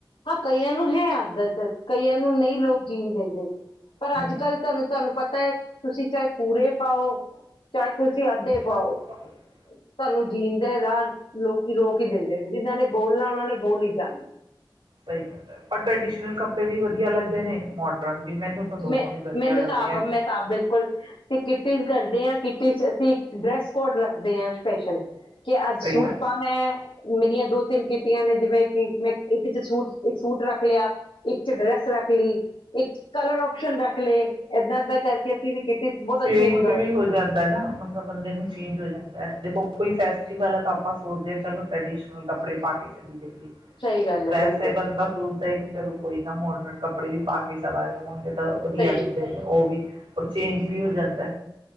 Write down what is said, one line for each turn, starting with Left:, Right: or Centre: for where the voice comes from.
Left: ਹਾਂ ਕਈ ਨੂੰ ਹੈ ਆਦਾਤ। ਕਈਆਂ ਨੂੰ ਨਹੀਂ ਲੋਕ ਜੀਣ ਦਿੰਦੇ, ਪਰ
Right: ਹਮ
Left: ਅੱਜ ਕੱਲ ਤੁਹਾਨੂੰ ਤੁਹਾਨੂੰ ਪਤਾ ਹੈ ਤੁਸੀਂ ਚਾਹੇ ਪੂਰੇ ਪਾਓ ਚਾਹੇ ਤੁਸੀਂ ਅੱਧੇ ਪਾਓ
Right: ਆਪ ਬਾਹਰ
Left: ਸਾਨੂੰ ਜੀਨ ਰਾਹ ਲੋਕੀ ਰੋਕ ਹੀ ਦਿੰਦੇ ਨੇ ਜਿਹਨਾਂ ਨੇ ਬੋਲਣਾ ਉਹਨਾਂ ਨੇ ਬੋਲ ਹੀ ਜਾਣਾ
Right: ਸਹੀ ਗੱਲ ਏ। ਪਰ ਟ੍ਰੈਡੀਸ਼ਨਲ ਕੱਪੜੇ ਵੀ ਵਧੀਆ ਲੱਗਦੇ ਨੇ ਮੋਡਰਨ ਵੀ ਮੈਨੂੰ ਤਾਂ ਦੋਨੋਂ
Left: ਮੈਂ
Right: ਹੀ ਵਧੀਆ
Left: ਮੈਨੂੰ
Right: ਲੱਗਦੇ
Left: ਤਾਂ ਆਪ
Right: ਹੈ।
Left: ਮੈਂ ਤਾਂ ਬਿਲਕੁਲ ਅਸੀਂ ਕਿੱਟੀਜ਼ ਕਰਦੇ ਹਾਂ ਕਿੱਟੀ ਅਸੀਂ ਡਰੈੱਸ ਕੋਡ ਰੱਖਦੇ ਹਾਂ ਸਪੈਸ਼ਲ ਕਿ ਅੱਜ
Right: ਸਹੀ
Left: ਸੂਟ
Right: ਗੱਲ।
Left: ਪਾਣਾ ਮੇਰੀਆਂ ਦੋ ਤਿੰਨ ਕੀਤੀਆਂ ਨੇ ਜਿਵੇਂ ਕਿ ਮੈਂ ਇੱਕ ਚ ਸੂਟ ਇੱਕ ਸੂਟ ਰੱਖ ਲਿਆ ਇੱਕ ਚ ਡਰੈਸ ਰੱਖ ਲਈ ਇੱਕ ਕਲਰ ਓਪਸ਼ਨ ਰੱਖ ਲਏ ਏਦਾਂ ਏਦਾਂ ਕਰਕੇ ਅਸੀਂ ਵੀ ਕੀਤੀ ਬਹੁਤ
Right: ਚੇਂਜ
Left: ਅੱਛੀ ਇੰਜੋਏ
Right: ਵੀ
Left: ਮੈਂ
Right: ਹੋ
Left: ਕਰਕੇ
Right: ਜਾਂਦਾ ਨਾ ਮਤਲਬ ਬੰਦੇ ਨੂੰ ਚੇਂਜ ਹੋ ਜਾਂਦਾ ਹੈ ਦੇਖੋ ਕੋਈ ਫੈਸਟੀਵਲ ਹੈ ਤਾਂ ਆਪਾਂ ਸੋਚਦੇ ਹਾਂ ਚਲੋ ਟੈਡੀਸ਼ ਹੁਣ ਕੱਪੜੇ ਪਾ ਕੇ ਚਲੀਏ
Left: ਸਹੀ ਗੱਲ ਹੈ
Right: ਵੈਸੇ
Left: ਬਿਲਕੁਲ
Right: ਬੰਦਾ ਸੋਚਦਾ ਹੈ ਕਿ ਚਲੋ ਕੋਈ ਨਾ ਮੋਡਰਨ ਕੱਪ ਪੜੇ ਵੀ ਪਾ ਸਵਾਏ ਹੋਣਗੇ ਤਾਂ ਵਧੀਆ
Left: ਸਹੀ
Right: ਲੱਗਦੇ ਨੇ ਉਹ ਵੀ ਔਰ ਚੇਂਜ ਵੀ ਹੋ ਜਾਂਦਾ